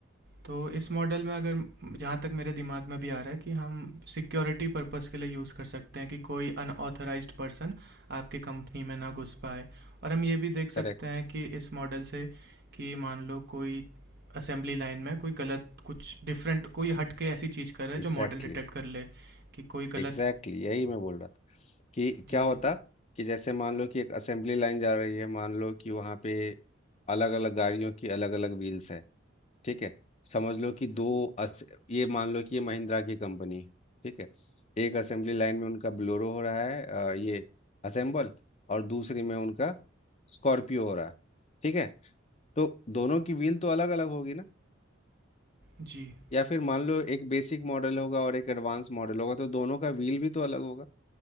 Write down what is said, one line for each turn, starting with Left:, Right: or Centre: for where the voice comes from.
Right: तो इस मॉडल में अगर जहाँ तक मेरे दिमाग में भी आ रहा है कि हम सिक्योरिटी पर्पस के लिए यूज़ कर सकते हैं कि कोई अनऑथराइज्ड पर्सन आपके कंपनी में ना घुस पाए और हम ये भी देख सकते
Left: करेक्ट
Right: हैं कि इस मॉडल से कि मान लो कोई असेंबली लाइन में कोई गलत कुछ डिफरेंट कोई हट के ऐसी चीज़ कर रहा है जो
Left: एग्जैक्टली
Right: मॉडल डिटेक्ट कर ले कि कोई गलत
Left: एग्जैक्टली यही मैं बोल रहा था कि
Right: जी
Left: क्या
Right: जी
Left: होता कि जैसे मान लो कि एक असेंबली लाइन जा रही है मान लो कि वहाँ पे अलग अलग गाड़ियों की अलग अलग व्हील्स है ठीक है समझ लो कि दो अस, ये मान लो कि ये महिंद्रा की कंपनी है ठीक है एक असेंबली लाइन में उनका ब्लोरो हो रहा है अ, ये असेंबल और दूसरी में उनका स्कॉर्पियो हो रहा है ठीक है तो दोनों की व्हील तो अलग अलग होगी ना
Right: जी,
Left: या फिर मान लो एक बेसिक मॉडल होगा और एक एडवांस मॉडल होगा तो दोनों का व्हील भी तो अलग होगा